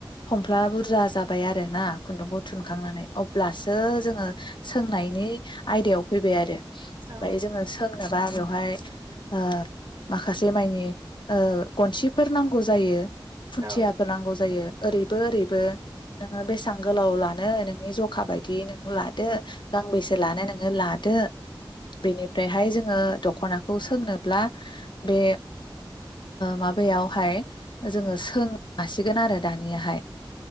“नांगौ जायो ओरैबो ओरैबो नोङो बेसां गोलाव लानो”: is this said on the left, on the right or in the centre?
Left